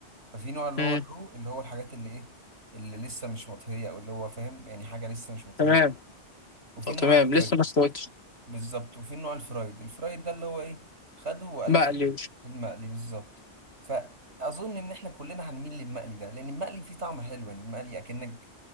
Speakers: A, on the right; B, on the left.
A: ففي نوع اللي
B: امم
A: هو الرو اللي هو الحاجات اللي ايه اللي لسه مش مطهيه او اللي هو فاهم يعني حاجه لسه مش مطهيه
B: تمام
A: وفي
B: طب
A: النوع
B: تمام
A: الفرايد
B: لسه ما استويتش
A: بالظبط وفي النوع الفرايد الفرايد ده اللي هو ايه خده وقلاه
B: بقليوش
A: في الزيت المقلي بالظبط فاظن ان احنا كلنا هنميل للمقلي ده لان المقلي فيه طعم حلو يعني المقلي اكنك